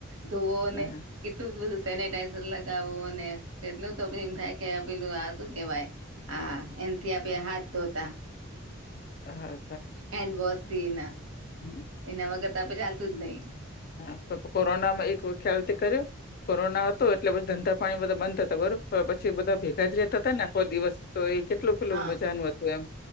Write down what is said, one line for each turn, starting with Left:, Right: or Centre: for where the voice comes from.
Right: ધોવો
Left: હા
Right: ને કેટલું બધું સેનેટાઈઝર લગાવો અને કેટલું તો ભ એમ
Left: હા
Right: થાય કે પેલું આ શું કેવાય હ એમથી આપે હાથ, ધતા
Left: હા
Right: હેન્ડ વાશથી ના
Left: હમ
Right: એના વ કરતા પણ ચાલતું જ, ન
Left: હા કોરોનામાં એક ખ્યાલથી કર્યું કોરોના હતો એટલે બછ ધંધા પાણી બધા બંધ હતા બરોબર પછી, બધા ભેગા જ રહેતા હતાને આખો દિવસ તો એ કેટલું
Right: હા
Left: પેલું મજાનું હતું એમ